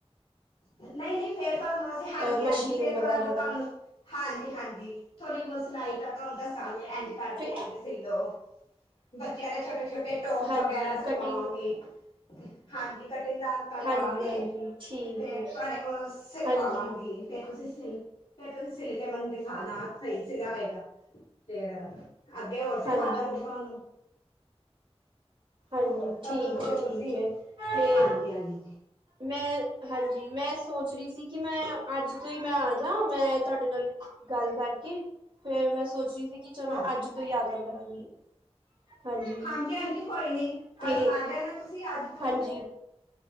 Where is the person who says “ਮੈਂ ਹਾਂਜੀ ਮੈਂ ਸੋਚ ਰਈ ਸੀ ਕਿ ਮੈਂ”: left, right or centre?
Right